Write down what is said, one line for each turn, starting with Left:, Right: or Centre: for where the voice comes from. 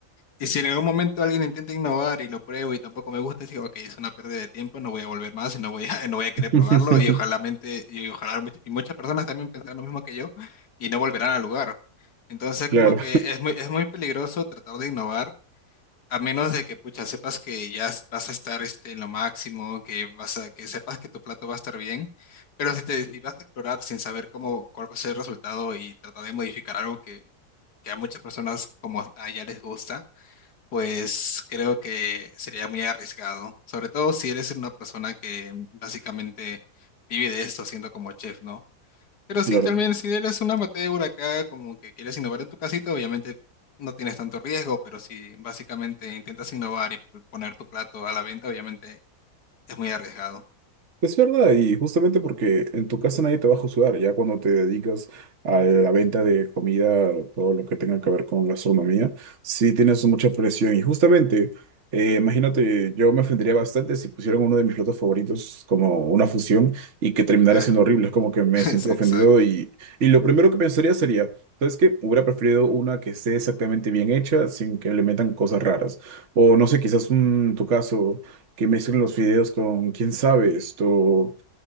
Left: y si en algún momento alguien intenta innovar y lo pruebo y tampoco me gusta, digo, ok, es una pérdida de tiempo, no voy a volver más y no voy a, <laughs> no voy a querer
Right: <laughs>
Left: probarlo y ojalá mente- y ojalá much- y muchas personas también pensarán lo mismo que yo y no volverán al lugar. Entonces como
Right: Claro,
Left: que es muy, es muy peligroso tratar de innovar a menos de que, pucha, sepas que ya es- vas a estar este, en lo máximo, que vas a, que sepas que tu plato va a estar bien, pero si te si vas a explorar sin saber cómo, cuál va a ser el resultado y tratar de modificar algo que, que a muchas personas como está ya les gusta, pues creo que sería muy arriesgado, sobre todo si eres una persona que básicamente vive de esto siendo como chef, ¿no? Pero sí,
Right: claro.
Left: también si eres un amateur acá, como que quieres innovar en tu casita, obviamente no tienes tanto riesgo, pero si básicamente intentas innovar y p- poner tu plato a la venta, obviamente es muy arriesgado.
Right: Es verdad, y justamente porque en tu casa nadie te va a juzgar, ya cuando te dedicas a la venta de comida, todo lo que tenga que ver con gastronomía, sí tienes mucha presión. Y justamente, eh, imagínate, yo me ofendería bastante si pusieran uno de mis platos favoritos como una fusión y que terminara
Left: Claro,
Right: siendo horrible. Es como que
Left: <laughs>
Right: me
Left: es
Right: siento
Left: exacto.
Right: ofendido y, y lo primero que pensaría sería, ¿sabes qué? Hubiera preferido una que esté exactamente bien hecha, sin que le metan cosas raras. O no sé, quizás un, en tu caso que mezclen los fideos con, quién sabe, esto,